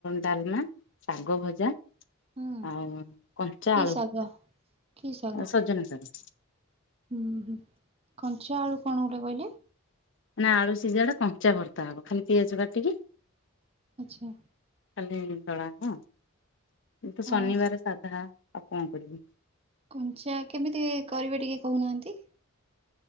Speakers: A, on the left; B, on the right.
A: ଡାଲମା। ଶାଗ ଭଜା
B: ହୁଁ
A: ଆଉ କଞ୍ଚା
B: କି
A: ଆଳୁ
B: ଶାଗ
A: ଭତା।
B: କି ଶାଗ
A: ଆଉ ସଜନା ଶାଗ।
B: ହୁଁ ହୁଁ ହୁଁ କଞ୍ଚା ଆଳୁ କଣ ଗୋଟେ କହିଲେ?
A: ମାନ ଆଳୁ ସିଝାଟା କଞ୍ଚା ଭର୍ତ୍ତା ହବ ଖାଲି ପିଆଜ କାଟିକି
B: ଆଚ୍ଛା।
A: କାଲି ଦଳା ହବ ଯେହେତୁ ଶନିବାରେ
B: ହଁ
A: ସାଧା ଆଉ କଣ କରିବି।
B: କଞ୍ଚା କେମିତି କରିବେ ଟିକେ କୋହୁନାହାନ୍ତି।